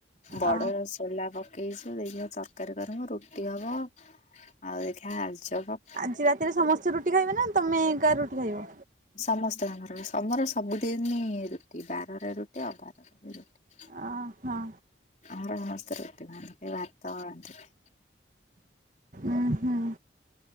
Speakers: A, on the left; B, on the right.
A: ବଡ
B: ଅ
A: ରାଶି ସୋଲା ପକେଇଛୁ ଦେଖିବା ତରକାରୀ କରିମୁ, ରୁଟି ହବ ଆଉ ଦେଖିବା ଆଳୁଚପ
B: ଆଜି ରାତିରେ ସମସ୍ତେ ରୁଟି ଖାଇବେ ନା ତମେ ଏକା ରୁଟି ଖାଇବ?
A: ସମସ୍ତେ ଆମର, ଆମର ସବୁଦିନି ରୁଟି। ବାରରେ ରୁଟି ଆଉ ଅବାରର ବି ରୁଟି।
B: ଓ ହଁ।
A: ଆମର ସମସ୍ତେ ରୁଟି ଖାଆନ୍ତି। କେହି ଭାତ ରାତିରେ
B: ଉଁ ହୁଁ।